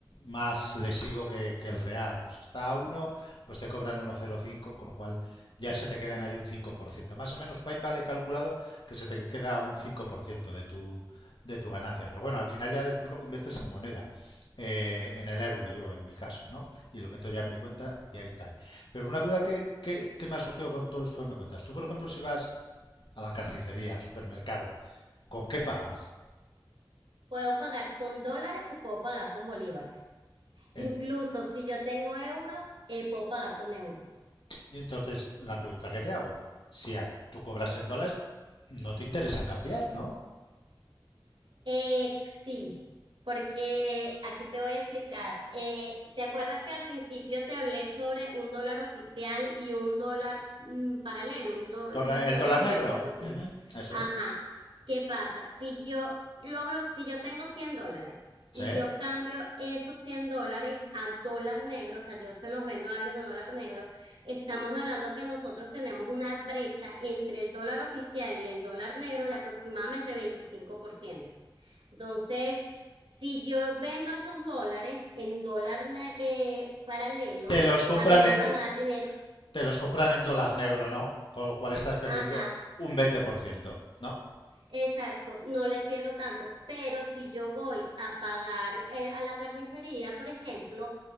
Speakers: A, on the left (about 75°); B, on the right (about 80°).
A: más lesivo que, que, el real. Pues está a uno, pues te cobran 1,05, con lo cual ya se te quedan ahí un 5%. Más o menos PayPal he calculado que se te queda un 5% de tu, de tu ganancia. Pero bueno, al final ya después lo conviertes en moneda, eh, en el euro yo, en mi caso, ¿no? Y lo meto ya en mi cuenta y ahí tal. Pero una duda que, que, que me ha surgido con todo esto que me cuentas. Tú, por ejemplo, si vas a la carnicería, al supermercado, ¿con qué pagas?
B: Puedo pagar con dólares o puedo pagar con bolívares. Incluso
A: En,
B: si yo tengo euros, eh, puedo pagar con euros.
A: Y entonces la pregunta que te hago, si a- tú cobras en dólares, no te interesa cambiar, ¿no?
B: Eh, sí, porque aquí te voy a explicar. Eh, ¿te acuerdas que al principio te hablé sobre un dólar oficial y un dólar mm, paralelo, un, do- un
A: Corre-
B: dólar
A: El dólar
B: negro,
A: negro,
B: por decir?
A: ujú, eso
B: Ajá.
A: es.
B: ¿Qué pasa? Si yo logro, si yo tengo 100 dólares
A: Sí.
B: y yo cambio esos 100 dólares a dólar negro, o sea, yo se los vendo a alguien a dólar negro, estamos hablando que nosotros tenemos una brecha entre el dólar oficial y el dólar negro de aproximadamente 25%. Entonces, si yo vendo esos dólares en dólar ne- eh, paralelo,
A: Te los compran
B: a mí me
A: en,
B: van a dar dinero
A: te los compran en
B: y
A: dólar
B: cua-
A: negro, ¿no? Con lo cual estás perdiendo
B: ajá,
A: un veinte por ciento ¿no?
B: exacto, no le pierdo tanto, pero si yo voy a pagar eh, a la carnicería, por ejemplo,